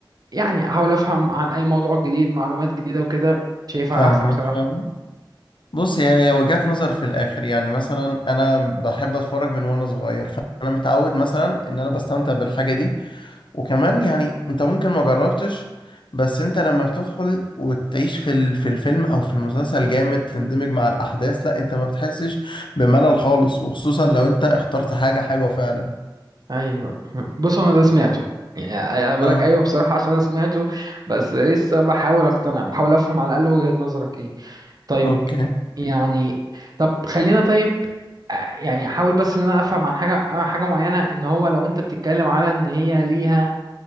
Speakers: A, on the right (about 50°); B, on the left (about 75°).
A: يعني أحاول أفهم عن أي موضوع جديد معلومات جديدة وكده شايفها
B: فاهمك
A: أحسن بصراحة
B: فاهم بص هي هي وجهات نظر في الاخر يعني مثلا انا بحب اتفرج من وانا صغير فانا متعود مثلا ان انا بستمتع بالحاجه دي وكمان يعني انت ممكن ما جربتش بس انت لما بتدخل وتعيش في ال- في الفيلم او في المسلسل جامد تندمج مع الاحداث لا انت ما بتحسش بملل خالص وخصوصا لو انت اخترت حاجة حلوة فعلا
A: ايوه <laughs> بص انا ده سمعته يعني انا بقول
B: اه
A: لك ايوه بصراحه عشان انا سمعته بس لسه بحاول اقتنع بحاول افهم على الاقل وجهه نظرك ايه طيب
B: اوكي
A: يعني طب خلينا طيب آه، يعني احاول بس ان انا افهم عن حاجه آه، حاجه معينه ان هو لو انت بتتكلم على ان هي ليها